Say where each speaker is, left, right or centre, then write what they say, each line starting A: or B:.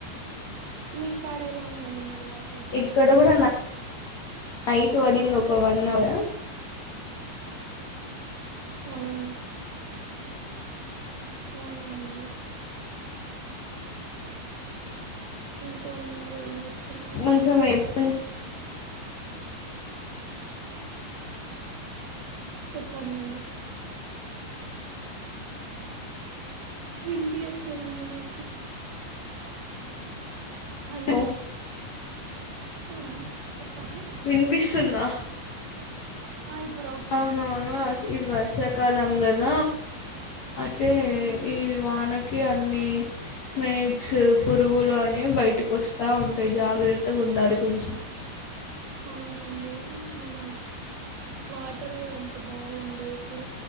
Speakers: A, on the right; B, on the left.
A: మీ కాడ ఎలా ఉందండి మరి వాన
B: ఎక్కడ కూడా నా నైట్ వడింది ఒక వన్ హౌర్
A: అవును అవున అండి ఇంకొన్ని మరి ఏం చేస్తున్నారు
B: మంచం వైపు వుంది
A: చెప్పండి అండి చ్చి వినిపియ్యట్లేదండి నాకు హలో
B: వర్షం
A: ఆ చెప్పండి
B: వినిపిస్తుందా
A: ఆ ఇప్పుడు ఓకే
B: అవునవును
A: అండి
B: అస్ ఇద్ వర్షాకాలం గద అయితే
A: అవును
B: ఈ వానకి అన్నిీ స్నేక్స్ పురుగులు అనే బయటికి వస్తా ఉంటాయి జాగ్రత్తగ ఉండాలి కొంచెం
A: ఆవులండి మన వాటర్ కూడ అంత బాగుండే ఇప్పుడు